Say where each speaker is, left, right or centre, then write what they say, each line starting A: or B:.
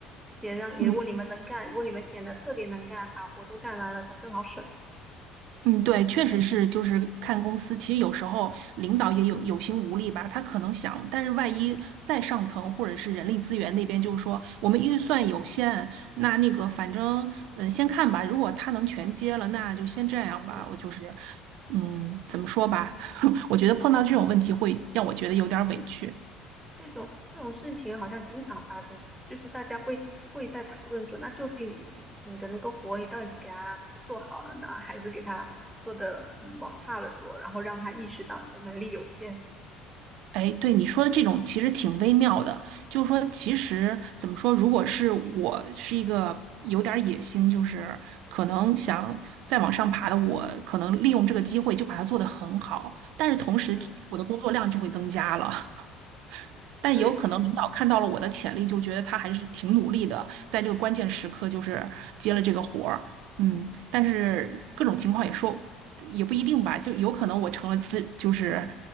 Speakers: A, in the centre; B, on the right.
A: 先让你，
B: 嗯。
A: 如果你们能干，如果你们显得特别能干，把活都干完了，他正好省了。
B: 嗯，对，确实是，就是看公司。其实有时候领导也有有心无力吧，他可能想，但是万一再上层或者是人力资源那边就是说，我们预算有限，那那个反正嗯，先看吧。如果他能全接了，那就先这样吧。
A: 嗯
B: 我就是嗯，怎么说吧，<laughs> 我觉得碰到这种问题会让我觉得有点儿委屈。
A: 嗯，这种这种事情好像经常发生，就是大家会会在讨论说，那究竟你你的那个活，你到底是给他做好了呢，还是给他做的嗯往差了做，然后让他意识到你的能力有限。
B: 哎，对你说的这种其实挺微妙的，就是说，其实怎么说，如果是我是一个有点儿野心，就是可能想再往上爬的我，可能利用这个机会就把它做得很好，但是同时我的工作量就会增加了。
A: 嗯，
B: 但也有可能领导看到了我的潜力，
A: 对的，
B: 就觉得他还是挺努力的，在这个关键时刻就是接了这个活儿，嗯，但是各种情况也说也不一定吧，就有可能我成了自就是